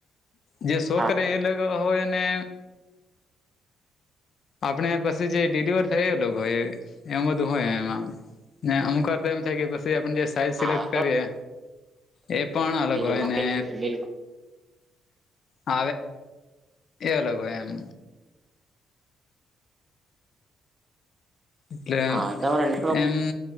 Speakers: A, on the left (about 55°); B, on the right (about 25°).
A: જે શો
B: હા
A: કરે એ હોય અનેને
B: <inaudible>
A: આપણે પછી જે ડડીલિવર થયેલોય એમ બધું હોય, એમાં ને અમુક થાય કે પછી આપ જે સાઈઝ
B: હા
A: સિલેક્ટ કરીએ એ પણ અલગ
B: બિલકુલ
A: હોય, ને
B: બિલકુલ
A: હ એ અલગ હોય એમ એટલે
B: હા તમારા નેટવર્ક
A: એમ